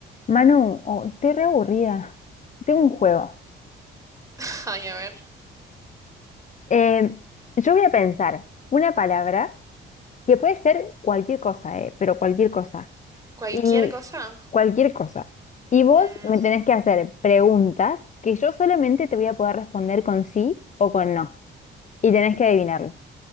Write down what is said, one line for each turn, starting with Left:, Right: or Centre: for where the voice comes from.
Left: Manu, oh, estoy re aburrida. Tengo un juego.
Right: <laughs> Ay, a ver.
Left: Eh, yo voy a pensar una palabra que puede ser cualquier cosa, eh, pero cualquier cosa.
Right: ¿Cualquier
Left: Y
Right: cosa?
Left: cualquier cosa. Y vos
Right: Mm,
Left: me tenés que hacer preguntas que yo solamente te voy a poder responder con sí o con no. Y tenés que adivinarlo.